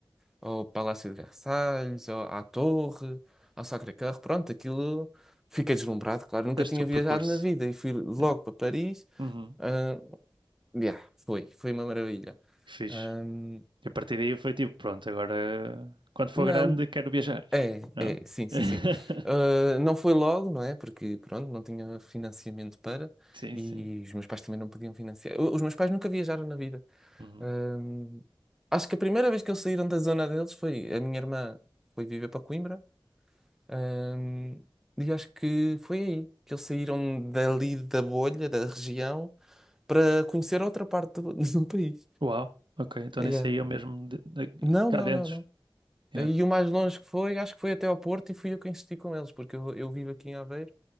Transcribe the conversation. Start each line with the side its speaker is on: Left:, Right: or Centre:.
Centre: ao Palácio de Versalhes, ao- à Torre, ao Sacré-Cœur. Pronto, aquilo. Fiquei deslumbrado, claro. Nunca
Right: Deste
Centre: tinha
Right: o percurso.
Centre: viajado na vida e fui logo
Right: É.
Centre: para Paris.
Right: Uhum.
Centre: Ah, Yeah, foi, foi uma maravilha.
Right: Que fixe.
Centre: Ahm,
Right: E a partir daí foi tipo, pronto, agora quando
Centre: não,
Right: for grande quero viajar,
Centre: é,
Right: não?
Centre: é, sim, sim,
Right: <laughs>
Centre: sim. Ah, não foi logo, não é? Porque, pronto, não tinha financiamento para
Right: Sim,
Centre: e
Right: sim.
Centre: os meus pais também não podiam financiar. O- Os meus pais nunca viajaram na vida.
Right: Uhum.
Centre: Ahm, acho que a primeira vez que eles saíram da zona deles foi a minha irmã foi viver para Coimbra. ahm, e acho que foi aí que eles saíram dali da bolha, da região, para conhecer outra parte do, <laughs> do país.
Right: Uau, ok, então
Centre: Yeah.
Right: nisso aí eu mesmo de, de- de
Centre: Não,
Right: cá
Centre: não,
Right: dentro.
Centre: não, não.
Right: Yeah.
Centre: E o mais longe que foi, acho que foi até ao Porto e fui eu que insisti com eles, porque eu, eu vivo aqui em Aveiro